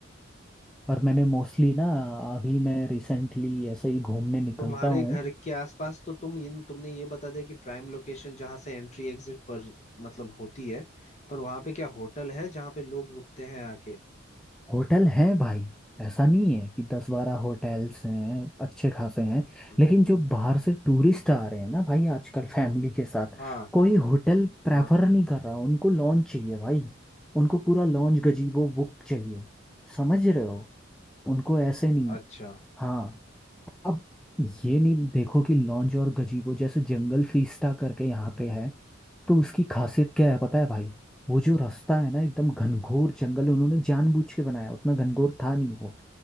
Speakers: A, in the centre; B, on the left.
A: पर मैंने मोस्टली ना अभी मैं रिसेंटली ऐसे ही घूमने निकलता
B: तुम्हारे
A: हूँ
B: घर के आसपास तो तुम इन तुमने ये बता दिया कि प्राइम लोकेशन जहाँ से एंट्री एग्जिट पर मतलब होती है पर वहां पे क्या होटल है जहाँ पे लोग रुकते हैं आके
A: होटल हैं भाई ऐसा नहीं है कि दस बारह होटल्स हैं अच्छे खासे हैं
B: हम्म
A: लेकिन जो बाहर से टूरिस्ट आ रहे हैं ना भाई आजकल फैमिली के साथ
B: हाँ
A: कोई होटल प्रेफर
B: हाँ
A: नहीं कर रहा उनको लॉन्च चाहिए भाई उनको पूरा लॉन्च गजीबो बुक चाहिए समझ रहे हो उनको ऐसे नहीं
B: अच्छा
A: हाँ अब ये नहीं देखो कि लॉन्ज और गजीबो जैसे जंगल फीस्टा करके यहाँ पे है तो उसकी खासियत क्या है पता है भाई वो जो रास्ता है ना एकदम घनघोर जंगल उन्होंने जानबूझ के बनाया उतना घनघोर था नहीं वो